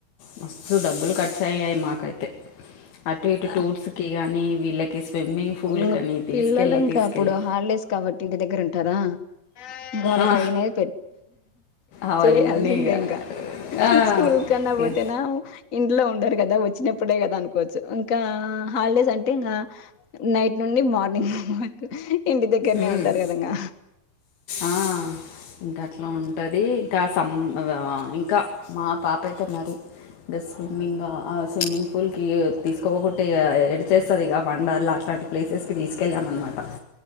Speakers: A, on the left; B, on the left.
A: మస్తు డబ్బులు ఖర్చు అయ్యాయి మాకైతే అటు ఇటు
B: ఆ
A: టూర్స్ కి గానీ వీళ్ళకి స్విమ్మింగ్ పూల్
B: ఇంగ
A: కానీ తీసుకెళ్ళి
B: పిల్లలు ఇంకా
A: తీసుకెళ్ళి
B: అప్పుడు హాలిడేస్ కాబట్టి ఇంటి దగ్గర ఉంటారా వాళ్ళకి
A: ఆ,
B: అయినాయి పే
A: అవన్నీ
B: చేయయాల్సిందే
A: ఇగ
B: ఇంకా
A: ఆ,
B: స్కూల్ కన్నా పోతేనా
A: ఇగ
B: ఇంట్లో ఉ ఉండరు కదా వచ్చినప్పుడే కదా అనుకోవచ్చు ఇంకా హాలిడేస్ అంటే ఇంకా నైట్ నుండి మార్నింగ్ వరకు ఇంటి దగ్గరనే
A: మ్మ్.
B: ఉంటారు కద ఇంగ
A: ఆ ఇంకా అట్ల ఉంటది ఇంకా సంమ్ ఇంకా మా పాప అయితే మరి ఇ స్విమ్మింగ్ ఆ స్విమ్మింగ్ పూల్ కి తీస్కపోకుంటే ఇగ ఏడ్చేస్తాది ఇగ వండర్ లా అట్ల అలాంటి ప్లేసెస్కి తీసుకెళ్ళాం అనమాట